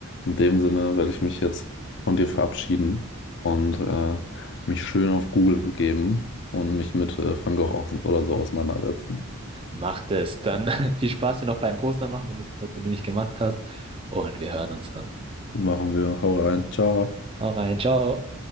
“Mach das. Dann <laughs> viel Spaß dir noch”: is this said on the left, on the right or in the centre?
Right